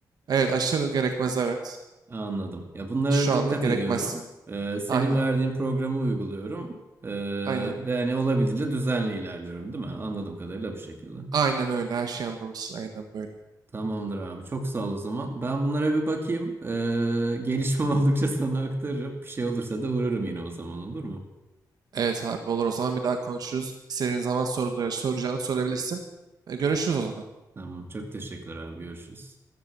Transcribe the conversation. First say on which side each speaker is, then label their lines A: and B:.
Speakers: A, on the right; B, on the right.
A: Evet aşırı gerekmez evet.
B: Anladım. Ya bunlara
A: Şu
B: dikkat
A: anlık gerekmez.
B: ediyorum. Ee, senin
A: Aynen.
B: verdiğin programı uyguluyorum. Ee,
A: Aynen.
B: ve hani olabildiğince düzenli ilerliyorum, değil mi? Anladığım kadarıyla bu şekilde.
A: Aynen öyle her şeyi anlamışsın. Aynen böyle.
B: Tamamdır abi. Çok sağ ol o zaman. Ben bunlara bir bakayım. Ee, gelişme <laughs> oldukça sana aktarırım. Bir şey olursa da uğrarım yine o zaman olur mu?
A: Evet abi olur o zaman bir daha konuşuruz. İstediğin zaman soru, soracağını sorabilirsin. E, Görüşürüz o zaman.
B: Tamam. Çok teşekkürler abi. Görüşürüz.